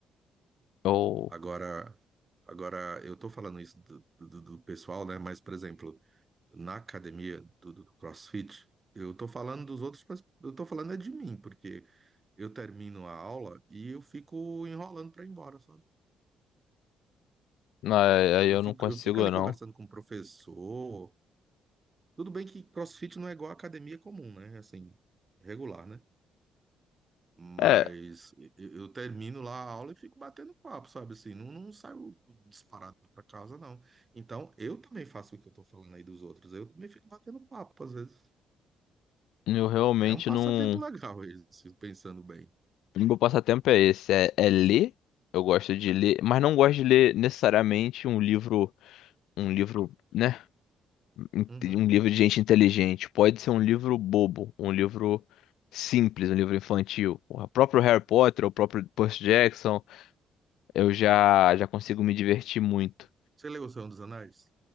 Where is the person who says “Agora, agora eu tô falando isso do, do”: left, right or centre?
Right